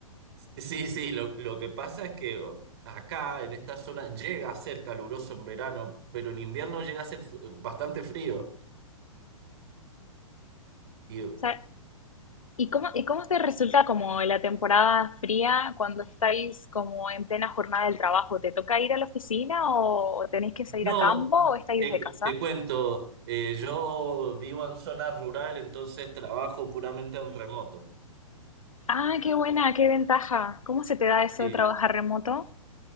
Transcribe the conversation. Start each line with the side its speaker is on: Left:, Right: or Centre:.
Right: Sí, sí, lo, lo que pasa es que oh, acá en esta zona llega a ser caluroso en verano, pero en invierno llega a ser fr- eh, bastante frío. Y, oh,
Left: O sea, ¿Y cómo, y cómo te resulta como la temporada fría cuando estáis como en plena jornada del trabajo? ¿Te toca ir a la oficina o tenéis que salir
Right: no,
Left: a campo
Right: mm,
Left: o estáis
Right: te,
Left: desde casa?
Right: te cuento, eh, yo vivo en zona rural, entonces trabajo puramente en remoto.
Left: Ah, qué buena, qué ventaja. ¿Cómo se te da eso
Right: Sí,
Left: de trabajar remoto?